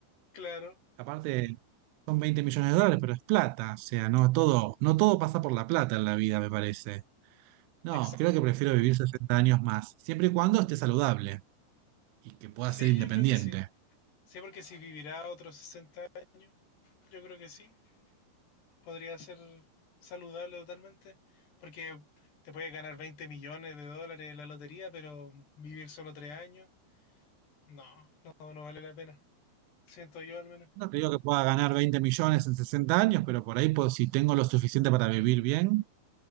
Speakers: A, on the left; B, on the right.
A: claro,
B: Aparte, son 20 millones de dólares, pero es plata. O sea, no todo, no todo pasa por la plata en la vida, me parece. No,
A: exacto.
B: creo que prefiero vivir 60 años más, siempre y cuando esté saludable y que pueda
A: Sí,
B: ser independiente.
A: yo creo que sí. Sí, porque si vivirá otros sesenta años, yo creo que sí. podría ser saludable totalmente, porque te puedes ganar 20 millones de dólares en la lotería, pero vivir solo tres años, no, no, no vale la pena. Siento yo al menos.
B: No te digo que pueda ganar 20 millones en 60 años, pero por ahí, pues, si tengo lo suficiente para vivir bien,